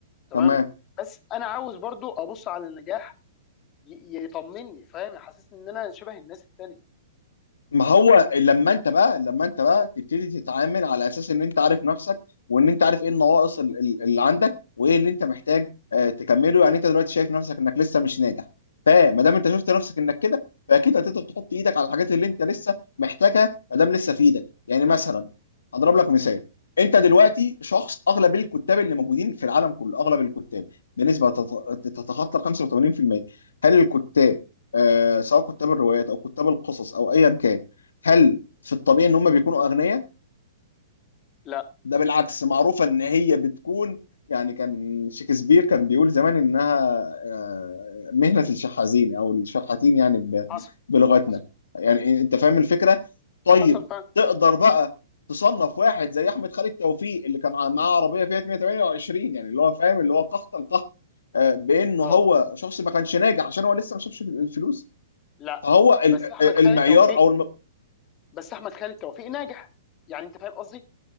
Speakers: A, on the left; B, on the left.
A: تمام
B: تمام
A: بس انا عاوز برضو ابص على النجاح ي- يطمني فاهم يحسسني ان انا شبه الناس التانيه
B: ما هو لما انت بقى لما انت بقى تبتدي تتعامل على اساس ان انت عارف نفسك وان انت عارف ايه النواقص ال- ال- اللي عندك وايه اللي انت محتاج آه، تكمله يعني انت دلوقتي شايف نفسك انك لسه مش ناجح فما دام انت شفت نفسك انك كده فاكيد هتقدر تحط ايدك على الحاجات اللي انت لسه محتاجها ما دام لسه في ايدك يعني مثلا هضرب لك مثال انت دلوقتي شخص اغلب الكتاب اللي موجودين في العالم كله اغلب الكتاب بنسبه تت- تتخطى ال 85% هل الكتاب آه، سواء كتاب الروايات او كتاب القصص او ايا كان هل في الطبيعي ان هم بيكونوا اغنياء
A: لا
B: ده بالعكس معروفه ان هي بتكون يعني كان شكسبير كان بيقول زمان انها آه، مهنه الشحاذين او الشحاتين يعني ب-
A: حصل
B: بلغتنا
A: حصل
B: يعني انت فاهم الفكره طيب
A: حصل فعلا
B: تقدر بقى تصنف واحد زي احمد خالد توفيق اللي كان معاه عربيه فيها 128 يعني اللي هو فاهم اللي هو قحط القحط آه، بانه
A: اه
B: هو شخص ما كانش ناجح عشان هو لسه ما شافش الفلوس
A: لا
B: فهو ال-
A: بس احمد
B: آه،
A: خالد
B: المعيار
A: توفيق
B: او الم...
A: بس احمد خالد توفيق ناجح يعني انت فاهم قصدي